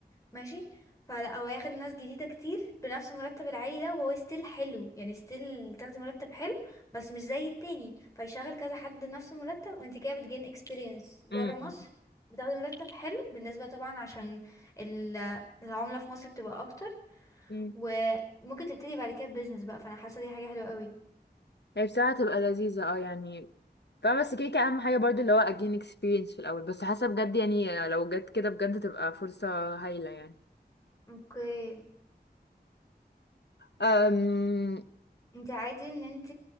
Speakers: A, on the left; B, on the left.
A: ماشي فلا هو هياخد ناس جديدة كتير بنفس المرتب العالي ده وهو ستيل حلو يعني ستيل تاخدي مرتب حلو بس مش زي التاني فيشغل كذا حد نفس المرتب وانت كده بتجين اكسبيرينس بره
B: امم
A: مصر بتاخدي مرتب حلو بالنسبة طبعا عشان ال- العملة في مصر بتبقى اكتر
B: امم
A: وممكن تبتدي بعد كده بيزنس بقى فانا حاسة دي حاجة حلوة قوي
B: هي بصراحة هتبقى لذيذة اه يعني فاهمة بس كده كده اهم حاجة برضو اللي هو again experience في الاول بس حاسة بجد يعني لو جت كده بجد تبقى فرصة هايلة يعني
A: اوكي
B: أم...
A: انت عادي ان انت